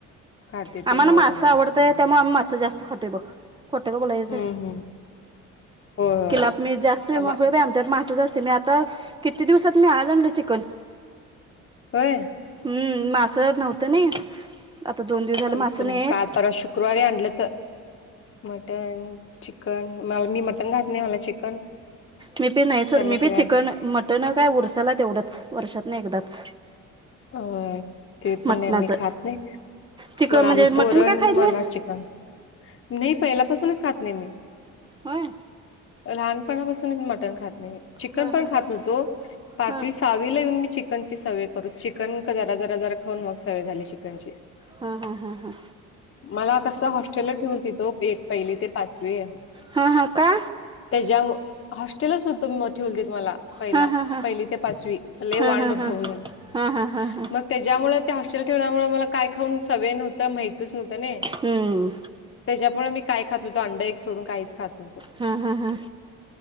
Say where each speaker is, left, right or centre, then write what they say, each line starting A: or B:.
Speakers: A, on the left (about 45°); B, on the right (about 15°).
A: खाात
B: आम्हाला
A: ते होय
B: मासं
A: होय
B: त्यामुळे आम्ही मास जास्त खातोय ब खत का बोलायचं
A: हम्म हम्म होय होय
B: किलापमीीठ जास्त
A: आमा
B: हो आमच्यात मास जास्त मी आ किती दिवसात मी आ आणलं चिकन
A: होय-
B: हम्म मासं नव्हतं ना आता दोन दिवस झालं
A: आमचं
B: मासं नाहीेत
A: काल परवा शुक्रवारी आणलंत मटन चिकन मला मी मटन खात नाही मला चिकन
B: मी बी नाही सोड
A: त्यांना
B: मी
A: सगळ्या
B: बि चिकन मटन काय उरसाला तेवढंच वर्षात नाही एकदाच
A: अ ते पण
B: मटणाचं
A: नेहमी खात नाही.
B: चिकन
A: होय
B: म्हणजे मटण
A: पोरांनमुळे
B: का खायत नाहीस?
A: आम चिकन नाही पहिल्यापासूनच खात नाही मी
B: होय
A: लहानपणापासून मटण खात नाही. चिकन
B: हा
A: पण
B: हा हा
A: खात नव्हतो पाचवी
B: हा हा
A: सहावी ला येऊन मी चिकन ची सवय करू चिकन जरा जरा जरा खाऊन मग सवय झाली चिकनची
B: हम्म हम्म हम्म हम्म
A: मला कसं हॉस्टेलला ठेवलीत ओ एक पहिली ते पाचवी
B: हा हा का?
A: त्याच्या हॉस्टेल सुद्धा म ठेवोलते मला पहिला
B: हा हा हा
A: पहिली ते पाचवी लय
B: हा हा
A: वांड
B: हा
A: होतो
B: हा
A: म्हणून
B: हा हा हा
A: मग त्याच्यामुळे त्या हॉस्टेल ठेवण्यामुळे मला काय खाऊन सवय नव्हतं माहितच नव्हतं ना
B: हम्म
A: त्याच्यामुळे मी काय खात नव्हतो अंड एक सोडून काहीच खात नव्हतं.
B: हा हा हा